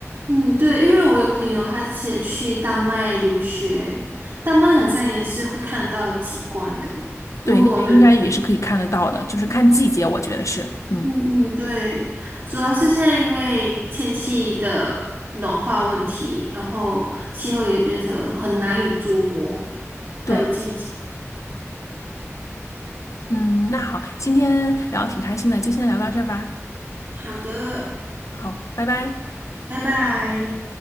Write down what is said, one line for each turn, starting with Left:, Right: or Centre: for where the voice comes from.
Right: 嗯，对，因为我有朋友，他之前去丹麦留学，丹麦好像也是会看到极光的。如果我没有，
Left: 对，那边应该也是可以看得到的，就是看季节，我觉得是，嗯，
Right: 嗯嗯，对，主要是现在因为天气的暖化问题，然后气候也变成很难以捉摸，还有季节。
Left: 对，嗯，那好，今天聊得挺开心的，就先聊到这儿吧，
Right: 好的，
Left: 好，拜拜。
Right: 拜拜。